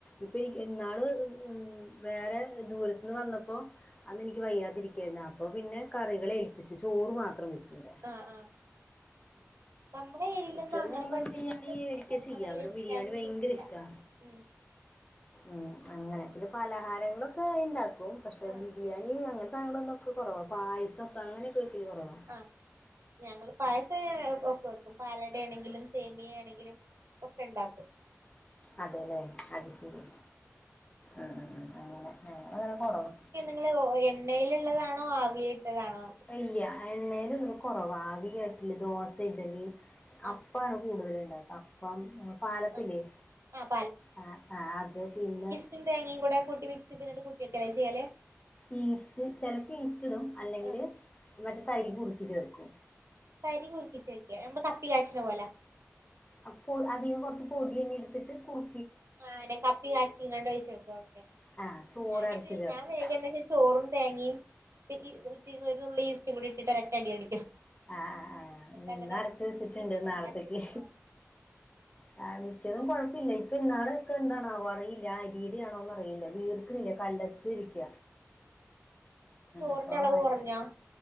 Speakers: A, on the left; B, on the right.
A: ഇപ്പ എനി ഇന്നാള് ഉം വേറെ ദൂരത്ത്ന്ന് വന്നപ്പോ അന്നെനിക്ക് വയ്യാതിരിക്കായിരുന്നു അപ്പൊ പിന്നെ കറികൾ ഏൽപ്പിച്ച് ചോറ് മാത്രം വെച്ചു ഇവടെ.
B: ആഹ് ആഹ് നമ്മളെ ഏഴിലൊന്നും
A: മിക്കതും
B: അങ്ങനെ
A: ഞങ്ങള് ബിരിയാണി
B: <inaudible>
A: മേടിക്ക ചെയ്യാ
B: അങ്ങനെ
A: ഇവിടെ
B: ഏൽപ്പിക്കാനൊന്നും
A: ബിരിയാണി ഭയങ്കര
B: കിട്ടില്ല.
A: ഇഷ്ടാ
B: ഉം
A: ഉം അങ്ങനെ പിന്നെ പലഹാരങ്ങളൊക്കെ ഇണ്ടാക്കും പക്ഷെ
B: ആഹ്
A: ബി ബിരിയാണി അങ്ങനെ സാധനങ്ങളൊക്കെ കൊറവ പായസൊക്കെ അങ്ങനെയൊക്കെ വെക്കൽ കൊറവ.
B: ആഹ് ഞങ്ങള് പായസേ ഒക്കെ വെക്കും പാലടയാണെങ്കിലും സേമിയ ആണെങ്കിലും ഒക്കെ ഇണ്ടാക്കും.
A: അതെല്ലേ അത് ശരി ഉം ഉം ഉം അങ്ങനെ ഞങ്ങളങ്ങനെ കൊറവ.
B: ങ്ങൾ എണ്ണയിൽ ഇള്ളതാണോ ആവിയിൽ ഇട്ടതാണോ?
A: അഹ്ല്ല ആ എണ്ണയിൽ ഇള്ളേ കൊറവാ ആവി കേറ്റല്
B: ആഹ്
A: ദോശ, ഇഡലി,
B: ആഹ്
A: അപ്പാണ് കൂടുതല് ഇണ്ടാക്ക അ അപ്പം പാലപ്പില്ലേ
B: ആഹ് ആഹ്
A: ആ ആത് പിന്നെ
B: ഉപ്പും തേങ്ങയും കൂടെ കൂട്ടി മിക്സിട്ട് രണ്ട് കൂട്ടിവെക്കെല ചെയ്യാലേ?
A: ഈസ്റ്റ് ചെലപ്പോ ഈസ്റ്റ് ഇടും അല്ലെങ്കിൽ
B: ആഹ്
A: മറ്റേ തരി കുറുക്കി ചേർക്കും.
B: തരി കുറുക്കിചേർക്ക എമ്പ കപ്പി കായ്ച്ച്ന പോലെ.
A: അപ്പോൾ ആദ്യം കൊർച്ച് പൊടി അങ്ങെട്ത്തിട്ട് കുറു
B: ആ അങ്ങനെ കപ്പി കാച്ചീങ്കാണ്ട് ഒഴിച്ച് കൊടുക്ക ഓക്കെ
A: ആ ചോറ്
B: ഞാനങ്ങനെ
A: അരച്ച് ചേർക്കും
B: ഞാൻ വേഗന്ന് ചോറും തേങ്ങിം പി ഈ പി ഒരു നുള്ള് ഈസ്റ്റും കൂടി ഇട്ടിട്ടൊരൊറ്റ അടി അടിക്കും.
A: ആ ആ ആ
B: എന്നിട്ട്
A: ഇന്ന്
B: അങ്ങനെ
A: അരച്ചു വെച്ചിട്ടുണ്ട് നാളത്തേക്ക്
B: ആഹ് അരച്ച് ആഹ്
A: ആ മിക്കതും കൊഴപ്പല്ല ഇപ്പൊ ഇന്നാളൊക്കെ എന്താണാവോ അറിയില്ല ആ അരീടെ ആണോന്ന് അറിയില്ല വീർക്കിണില്ല കല്ല ച്ചിരിക്ക
B: ചോറിന്റ
A: അപ്പൊ
B: അളവ് കൊറഞ്ഞാ?